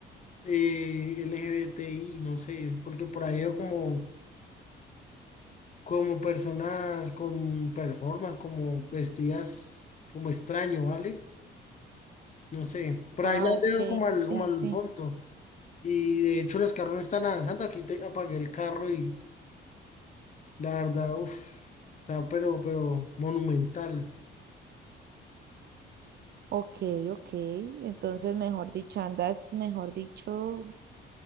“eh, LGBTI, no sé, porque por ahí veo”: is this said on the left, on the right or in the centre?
Left